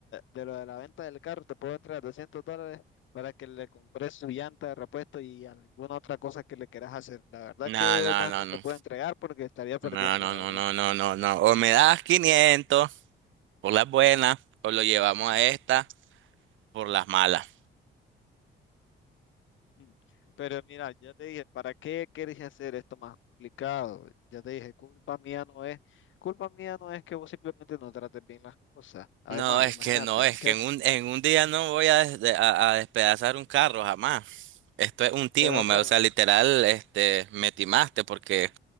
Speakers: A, on the left; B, on the right.
A: de lo de la venta del carro, te puedo entregar 200 dólares para que le compres su llanta de repuesto y alguna otra cosa que le quieras hacer. La verdad
B: No,
A: que
B: no,
A: más
B: no,
A: no
B: no.
A: te puedo entregar porque estaría perdiendo,
B: No, no,
A: la
B: no,
A: verdad.
B: no, no, no, no. O me das 500 por las buenas, o lo llevamos a esta por las malas.
A: Mm. Pero mira, ya te dije, ¿para qué quieres hacer esto más complicado? Ya te dije, culpa mía no es, culpa mía no es que vos simplemente no trates bien las cosas. Además,
B: No, es
A: imagínate,
B: que no, es
A: ¿qué
B: que
A: haces?
B: en un, en un día no voy a, des- de- a- a despedazar un carro jamás. Esto es un timo,
A: Pero bueno,
B: me, o sea, literal, este, me timaste porque